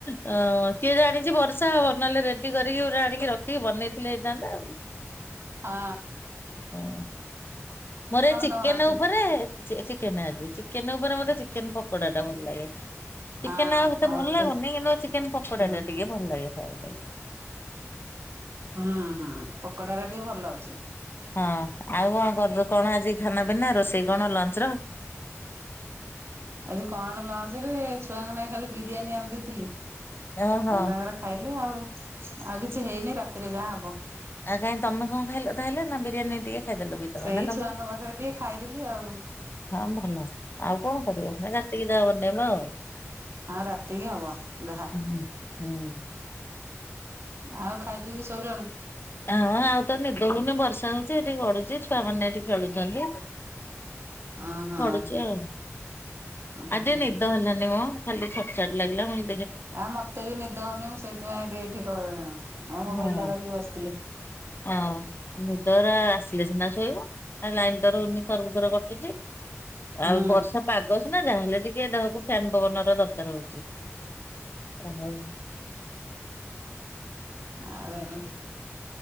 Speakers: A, on the left; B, on the right.
A: ହେ ଓଁ କିଏ ଜାଣିଛି ବର୍ଷା ହବ ନହେଲେ ରେଡି କରିକି ପୋଟେ ଆଣିକି ରଖିକି ବନେଇଥିଲେ ହେଇଥାନ୍ତା ଆଉ <inaudible>
B: ହଁ।
A: ହଁ। ମୋର ଚିକେନ
B: ତମର ଅଛି?
A: ଉପରେ ଚିକେନ ଆଜି ଚିକେନ ଉପରେ ମତେ ଚିକେନ୍ ପକୋଡ଼ା ଟା ଭଲଲାଗେ। ଚିକେନ
B: ହଁ
A: ଆଉ ସେତେ
B: ଆମର
A: ଭଲ
B: ତ
A: ଲାଗୁନି କିନ୍ତୁ ଚିକେନ ପକୋଡା
B: ହୁଁ
A: ଟା ଟିକେ ଭଲ ଲାଗେ ଖାଇବାକୁ
B: ହଁ ହଁ ପକୋଡା ଟା ଟିକେ ଭଲ ଲାଗୁଛି
A: ହଁ ଆଉ କଣ କର କଣ ଆଜି ଖାନା ପିନା ରୋଷେଇ କଣ ଲଞ୍ଚ ର <inaudible>
B: ଆଜି କଣ ଲଞ୍ଚ ରେ ଛୁଆମାନେ ଖାଲି ବିରିୟାନୀ ଆଣିଦେଇଥିଲି
A: ଓହୋ
B: ଆଉ ତାଙ୍କର ଖାଇଲେ ଆଉ ଆଉ କିଛି ହେଇନି ରାତିରେ ଯାହା ହବ।
A: ଆଉ କାଇଁ ତମେ କଣ ଖାଇଲ ତା ହେଲେ ନା ବିରିୟାନୀ ଟିକେ ଖାଇଦେଲ ବି ତମେ
B: ସେଇ
A: ନା ତମେ
B: ଛୁଆଙ୍କ ପାଖରେ ଟିକେ ଖାଇଦେଲି ଆଉ
A: ହଁ ଭଲ, ଆଉ କଣ କରିବ, ରାତିକି ଯା ବନେଇବ ଆଉ
B: ହଁ ରାତିକି ହବ, ଯାହା
A: ହୁଁ ହୁଁ।
B: ଆଉ ଖାଇ ପିଇକି ଶୋଇଲଣି?
A: ହଁ, ଆଉତ ନିଦ ହଉନି ବର୍ଷା ହଉଛି ଏଠି ଗଡୁଛି ଛୁଆ ମାନ ଏଠି ଖେଳୁଛନ୍ତି।
B: ଉଁ ହୁଁ
A: ପଡୁଛି ଆଉ
B: ଉଁ
A: ଆଜି
B: ହୁଁ।
A: ନିଦ ହେଲାନି ମ, ଖାଲି ଛଟ ଛଟ ଲାଗିଲା, ମୁ
B: ଆ ମତେ ବି ନିଦ ହଉନି ମୁଁ ସେଇଥିପାଇଁଏଇଠି <unintelligible> ମୋବାଇଲଟା
A: ହଁ।
B: ଧରିକି ବସିଥିଲି।
A: ହଁ ନିଦରା ଆସିଲେ ସିନା ଶୋଇବ ଆଉ ଲାଇନ ତ ରହୁନି, ଥରକୁ ଥର କଟୁଛି।
B: ହୁଁ
A: ଆଉ ବର୍ଷା ପାଗସିନା, ଯାହାହେଲେ ଟିକେ ଦେହକୁ ଫ୍ୟାନ ପବନର ଦରକାର ହଉଛି। ହଁ।
B: ଆଉ ଏମତି